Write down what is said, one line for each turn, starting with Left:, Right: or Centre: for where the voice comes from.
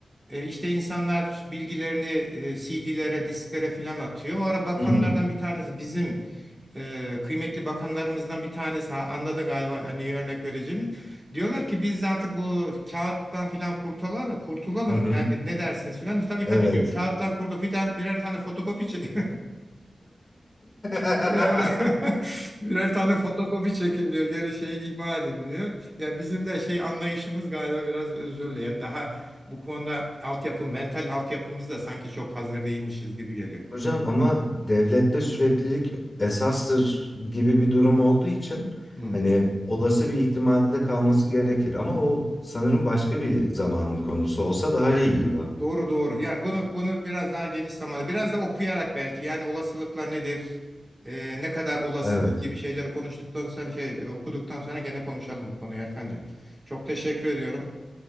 Right: E, İşte insanlar bilgilerini e, CD'lere, disklere filan atıyor. O ara bakanlardan
Left: hı hı,
Right: bir tanesi bizim e, kıymetli bakanlarımızdan bir tanesi ha, anladı galiba hani örnek vereceğimi. Diyorlar ki biz artık bu kağıttan filan kurtulalım, kurtulalım.
Left: hı hı.
Right: Yani ne dersiniz filan. Tabii
Left: Evet.
Right: tabii diyor. Kağıttan kurtul bir tane- birer tane fotokopi çek. <laughs>
Left: <laughs>
Right: birer, <laughs> birer tane fotokopi çekin diyor. Geri şeyi ihmal edin diyor. Ya bizim de şey anlayışımız galiba biraz özürlü. Yani daha bu konuda altyapı, mental altyapımız da sanki çok hazır değilmişiz gibi geliyor.
Left: Hocam ama devlette süreklilik esastır gibi bir durum olduğu için
Right: Hmm.
Left: hani olası bir ihtimalde kalması gerekir. Ama o sanırım başka bir zamanın konusu olsa daha iyi gibi.
Right: Doğru doğru. Yani bunu bunu biraz daha geniş zamanda, biraz da okuyarak belki yani olasılıklar nedir, e, ne kadar olasıdır
Left: Evet.
Right: gibi şeyleri konuştuktan sonra şey e, okuduktan sonra gene konuşalım bu konuyu Erkancığım. Çok teşekkür ediyorum.